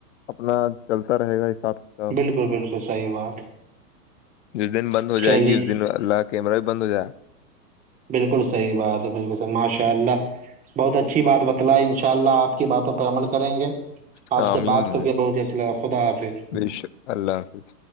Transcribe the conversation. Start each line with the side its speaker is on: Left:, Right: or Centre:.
Left: اپنا چلتا رہے گا حساب تو
Right: بالکل بالکل صحیح بات
Left: جس دن بند ہو جائے
Right: چلیے
Left: گی اس دن اللہ کیمرہ بھی بند ہو جائے
Right: بالکل صحیح بات ہے بالکلحح ماشاء اللہ بہت اچھی بات بتلائے ان شاء اللہ آپ کی باتوں پہ عمل کریں گے
Left: گا۔
Right: آپ سے
Left: آمین
Right: بات کر کے بہت ہی اچھا لگا خدا حافظ
Left: بے شک اللہ حافظ